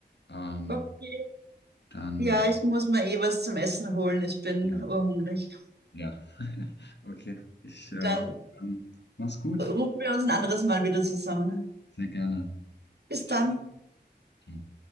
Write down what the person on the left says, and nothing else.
Ähm,
Dann,
ja,
ja. <laughs> Okay, ich,
ja, dann mach's gut.
Sehr gerne.
Tschüss.
Ciao.